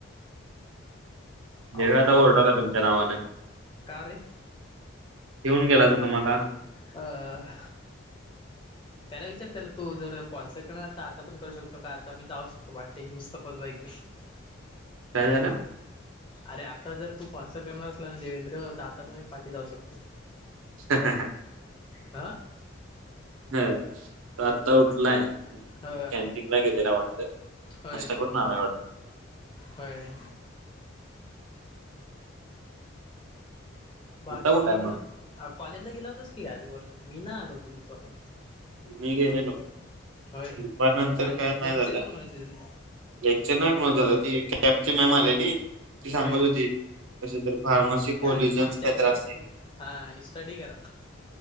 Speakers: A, on the left (about 25°); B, on the right (about 80°).
A: पावडर
B: देव्या आता
A: कॉफी
B: ओरडालाय तुमच्या नावानं.
A: का रे
B: येऊन गेला असल तुम्हाला.
A: अह. त्याला विचार त्याला तो जर स्पॉन्सर करणार तर आतापण करू शकतो का, आता मी जाऊ शकतो वाटे <unintelligible> <inaudible>
B: काय झालं?
A: अरे आता जर तू स्पॉन्सर करणार असला ना देवेंद्र, तर आता पण आम्ही पाठी जाऊ शकतो.
B: <unintelligible> हा.
A: हा
B: तो आत्ता उठलाय,
A: ह
B: कॅन्टींगला गेलेला वाटतं.
A: होय
B: नाश्ता करून आलाय वाटतं
A: होय. बाकी
B: आता कुठाय मग
A: कॉलेजला गेला होतास की ग आजवर, मी ना आलो होतो दुपारनं.
B: मी गेलेलो,
A: होय
B: दुपार नंतर काय नाही
A: लेक्चर
B: झालं.
A: कोण करायचे तुले?
B: लेक्चर नाही कुणाचं आता ती, कॅबची मॅम आलेली ती सांगत
A: होय
B: होती. तशी तर फार्मसी कॉलेजांचं
A: काय मागच्याारखे
B: कायतर असतंय की.
A: हा आणि स्टडी करा.